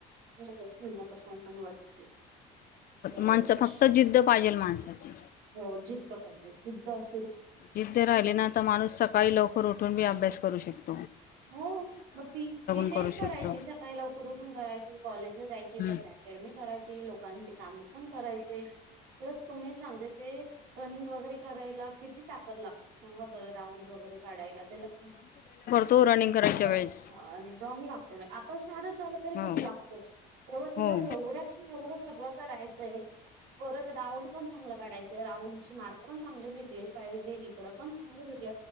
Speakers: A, on the right; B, on the left.
A: हो म्या पसंद पण वती. बरोबर
B: माणसं
A: आहे
B: फक्त जिद्द पाहिजेल माणसाची
A: हो जिद्द पाहिजे जिद्द असत.
B: जिद्द राहिले ना तर माणूस सकाळी लवकर उठून बी अभ्यास करू शकत.
A: हो मग ती तिथच
B: करू
A: करायची
B: शकतो
A: सकाळी लवकर उठून करायची कॉलेजला जायची
B: हम्म
A: प त्या. ेड म करायची लोकांचे काम पण करायचे. प्लस तुम्ही सांगते ते रनिंग वगैरे करायला किती ताकद लागते. चांगा बरं राऊंड वगैरे काढायला त्याला खा
B: तु रनिंग करायच्या
A: द
B: वेळेस
A: ह आणि दम लागतो नाही आपण साधं झालं तरी
B: हो
A: दम लागतो तेव्हा तिला
B: हो
A: एवढ्यात एवढं सगळं करायचंय परत राऊंड पण चांगलं काढायचंय राऊंड मार्क पण चांगले भेटले पाहिजेकडं पण चांगले भेटल